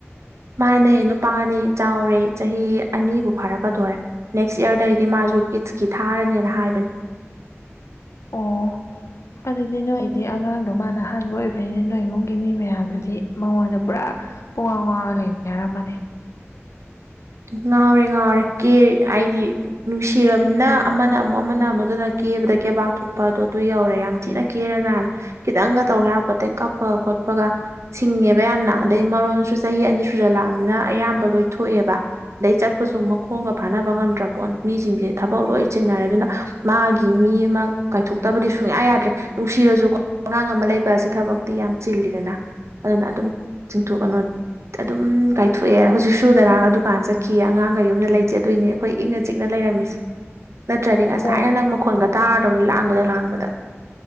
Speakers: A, on the right (about 80°); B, on the left (about 80°).
A: ꯃꯥꯅꯦ ꯅꯨꯄꯥꯅꯦ ꯆꯥꯎꯔꯦ ꯆꯍꯤ ꯑꯅꯤꯕꯨ ꯐꯥꯔꯛꯀꯗꯧꯔꯦ ꯅꯦꯛꯁ ꯏꯌꯥꯔꯗꯩꯗꯤ ꯃꯥꯁꯨ ꯀꯤꯠꯁꯀꯤ ꯊꯥꯔꯅꯤꯅ ꯍꯥꯏꯕꯅꯤ
B: ꯑꯣ ꯑꯗꯨꯗꯤ ꯅꯣꯏꯗꯤ ꯑꯉꯥꯡꯗꯣ ꯃꯥꯅ ꯑꯍꯥꯟꯕ ꯑꯣꯏꯕꯅꯤꯅ ꯅꯣꯏ ꯏꯃꯨꯡꯒꯤ ꯃꯤ ꯃꯌꯥꯝꯗꯨꯗꯤ ꯃꯉꯣꯟꯗ ꯄꯨꯔꯥ ꯄꯨꯡ ꯉꯥꯎ ꯉꯥꯎꯔ ꯂꯩꯃꯤꯟꯅꯔꯝꯃꯅꯤ
A: ꯉꯥꯎꯔꯦ ꯉꯥꯎꯔꯦ ꯀꯦ ꯍꯥꯏꯗꯤ ꯅꯨꯡꯁꯤꯔꯕꯅꯤꯅ ꯑꯃꯅ ꯑꯃꯨꯛ ꯑꯃ ꯅꯃꯨꯛ ꯀꯦꯕꯗ ꯀꯦꯕꯥꯛ ꯊꯣꯛꯄꯗꯣ ꯑꯗꯨ ꯌꯧꯔꯦ ꯌꯥꯝ ꯊꯤꯅ ꯀꯦꯔꯖꯅꯦ ꯈꯤꯇꯪꯒ ꯇꯧ ꯌꯥꯄꯣꯠꯇꯦ ꯀꯞꯄ ꯈꯣꯠꯄꯒ ꯁꯤꯡꯉꯦꯕ ꯌꯥꯝꯅ ꯑꯗꯩ ꯃꯔꯣꯟꯁꯨ ꯆꯍꯤ ꯑꯅꯤ ꯁꯨꯖꯜ ꯂꯥꯛꯑꯝꯅꯤꯅ ꯑꯌꯥꯝꯕ ꯂꯣꯏ ꯊꯣꯛꯑꯦꯕ ꯑꯗꯩ ꯆꯠꯄꯁꯨ ꯃꯈꯣꯡꯒ ꯐꯥꯅꯕ ꯉꯝꯗ꯭ꯔ ꯄꯣꯠꯅꯤ ꯃꯤꯁꯤꯡꯁꯦ ꯊꯕꯛ ꯂꯣꯏ ꯆꯤꯟꯅꯔꯦ ꯑꯗꯨꯅ ꯃꯥꯒꯤ ꯃꯤ ꯑꯃ ꯀꯥꯏꯊꯣꯛꯇꯕꯗꯤ ꯁꯨꯡꯌꯥ ꯌꯥꯗ꯭ꯔꯦ ꯅꯨꯡꯁꯤꯔꯁꯨ ꯑꯉꯥꯡ ꯑꯃ ꯂꯩ ꯕꯁꯦ ꯊꯕꯛꯇꯤ ꯌꯥꯝ ꯆꯤꯜꯂꯤꯗꯅ ꯑꯗꯨꯅ ꯑꯗꯨꯝ ꯆꯤꯡꯊꯣꯛꯑꯅꯨ ꯑꯗꯨꯝ ꯀꯥꯏꯊꯣꯛꯑꯦ ꯍꯧꯖꯤꯛꯁꯨ ꯇꯨꯨꯗꯗꯥꯒ ꯗꯨꯀꯥꯟ ꯆꯠꯈꯤꯌꯦ ꯑꯉꯥꯡꯒ ꯌꯨꯝꯗ ꯂꯩꯇꯦ ꯑꯗꯨꯏꯅꯤ ꯑꯈꯣꯏ ꯏꯪꯅ ꯆꯤꯛꯅ ꯂꯩꯔꯝꯃꯤꯁꯦ ꯅꯠꯇ꯭ꯔꯗꯤ ꯉꯁꯥꯏꯅ
B: ꯑꯣ
A: ꯅꯪ ꯃꯈꯣꯟꯒ ꯇꯥꯔꯗꯧꯅꯤ ꯂꯥꯡꯕꯗ ꯂꯥꯡꯕꯗ